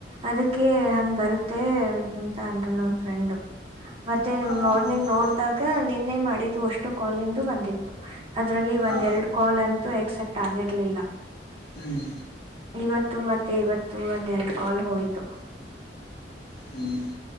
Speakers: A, on the right; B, on the left.
A: ಅದಕ್ಕೆ ಹಂಗ್ ಬರುತ್ತೆ ಅಂತ ಅಂದ್ರು ನನ್ ಫ್ರೆಂಡ್ ಮತ್ತೆ
B: ಹಾ
A: ಮಾರ್ನಿಂಗ್
B: ಹೌದು
A: ನೋಡಿದಾಗ ನಿನ್ನೆ ಮಾಡಿ ಅಷ್ಟು ಕಾಲಿಂದು ಬಂದಿತ್ತು ಅದರಲ್ಲಿ ಒಂದ್
B: ಹಾ
A: ಎರಡು ಕಾಲ್ ಅಂತೂ ಎಕ್ಸೆಪ್ಟ್ ಟ್ಟ ಆಗಿರ್ಲಿಲ್ಲ
B: ಹ್ಮ್
A: ಇವತ್ತು ಮತ್ತೆ ಇವತ್ತು ಒಂದರೆಡು ಕಾಲ್ ಹೋಯ್ತು
B: ಹ್ಮ್